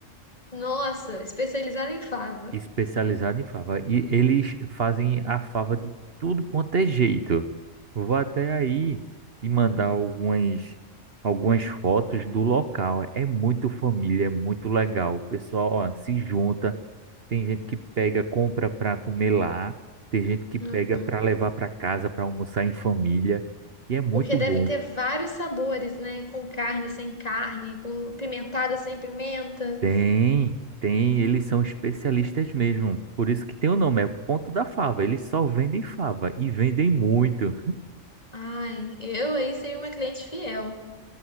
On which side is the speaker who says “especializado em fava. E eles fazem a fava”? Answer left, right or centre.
Right